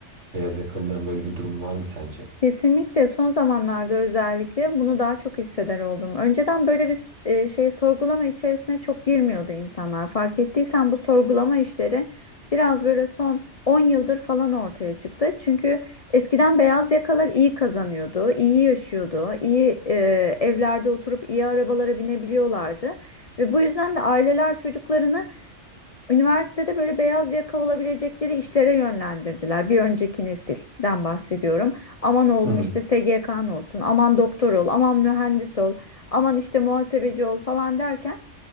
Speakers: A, on the right; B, on the left.
A: Beyaz yakalıların böyle bir durum var mı sence?
B: Kesinlikle son zamanlarda özellikle bunu daha çok hisseder oldum. Önceden böyle bir e, şey sorgulama içerisine çok girmiyordu insanlar. Fark ettiysen bu sorgulama işleri biraz böyle son 10 yıldır falan ortaya çıktı. Çünkü eskiden beyaz yakalar iyi kazanıyordu, iyi yaşıyordu, iyi e, evlerde oturup iyi arabalara binebiliyorlardı. Ve bu yüzden de aileler çocuklarını Üniversitede böyle beyaz yaka olabilecekleri işlere yönlendirdiler. Bir önceki nesilden bahsediyorum. Aman oğlum
A: Hı hı.
B: işte SGK'n olsun, aman doktor ol, aman mühendis ol, aman işte muhasebeci ol falan derken